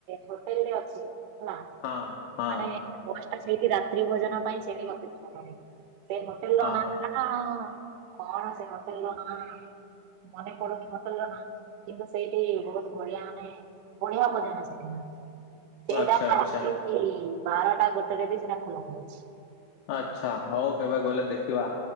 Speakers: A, on the right; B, on the left.
A: ହୋଟେଲ ଟେ ଅଛି। ହେଲା
B: ହଁ ହଁ
A: ମାନେ
B: ହଁ
A: ବଡ ଟା ସେଇଠି ରାତ୍ରି ଭୋଜନ ପାଇଁ ସେଠି ଅପେକ୍ଷା କରେ। ସେଇ ହୋଟେଲ ର ନାଟା?
B: ହଁ
A: ହଁ, କଣ ସେ ହୋଟେଲ ର ନାଁ, ମନେ ପଡୁନି ମୋର। ହୋଟେଲର ନା କିନ୍ତୁ ସେଇଠି ବହୁତ ବଢିଆ ମାନେ, ବଢିଆ ଭୋଜନ ସେଠି ମାନେ। ସେଇଟା
B: ଆଚ୍ଛା ଆଚ୍ଛା
A: ରାତି ବାରଟା ଗୋଟେ ରେ ବି ସେଇଟା ଖୋଲା ହଉଛି।
B: ଆଚ୍ଛା, ହଉ କେବେ ଗଲେ ଦେଖିବା,